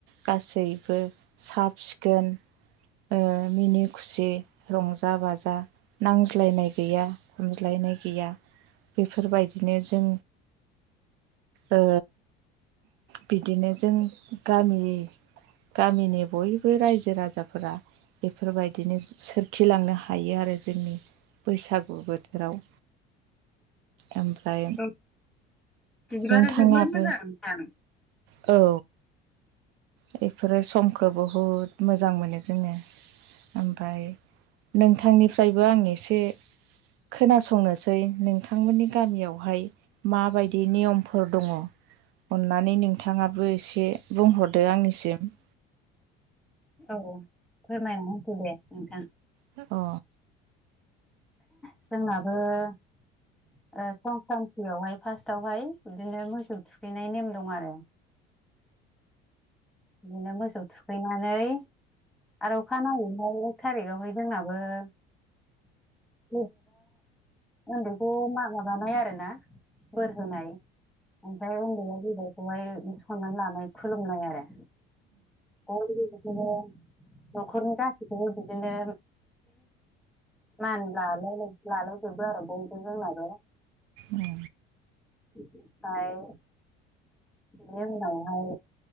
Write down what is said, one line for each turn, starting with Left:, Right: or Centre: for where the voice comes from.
Right: गासैबो साब सिखोन ओ मिनि खुसि रंजा बाजा नांज्लायनाय गैया हमज्लायनाय गैया बेफोरबायदिनो जों ओ बिदिनो जों गामि गामिनि बयबो रायजो राजाफोरा बेफोरबायदिनो सोरखिलांनो हायो आरो जोंनि बैसागु बोथोराव ओमफ्राय
Centre: औ बिदिबारा
Right: नोंथाङाबो
Centre: जोबोद मोजां नोंथां
Right: औ बेफोरो समखौ बहुद मोजां मोनो जोङो ओमफफ्राय नोंथांनिफ्रायबो आं एसे खोनासंनोसै नोंथांमोननि गामियावहाय माबायदि नियमफोर दङ अननानै नोंथाङाबो एसे बुंहरदो आंनिसिम
Centre: औ फोरमायनानै होदो दे नोंथां
Right: अ
Centre: जोंनाबो ओ संक्रान्तियावहाय फार्स्टावहाय बिदिनो मोसौ थुखैनाय नेम दं आरो बिदिनो मोसौ थुखैनानै आरो अखा नाङैहाय एक थारिखावहाय जोंनाबो <unintelligible> उन्दैखौ मान <unintelligible> बानाय आरो ना बोर होनाय ओमफ्राय उन्दैया गेदेरखौहाय सनमान लानाय खुलुमनाय आरो <unintelligible> नखरनि गासैखौबो बिदिनो मान लालाय लालायजोबो आरो बयबो जोंनाबो
Right: ए।
Centre: ओमफाय बेनि उनाव